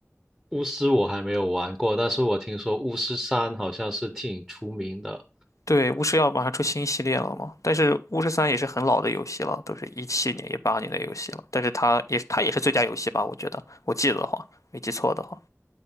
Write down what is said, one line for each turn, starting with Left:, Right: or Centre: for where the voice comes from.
Centre: 巫师我还没有玩过，但是我听说巫师三好像是挺出名的，
Left: 对，巫师要马上出新系列了嘛，但是巫师三也是很老的游戏了，都是一七年、一八年的游戏了，但是它也它也是最佳游戏吧？我觉得，我记得的话，没记错的话，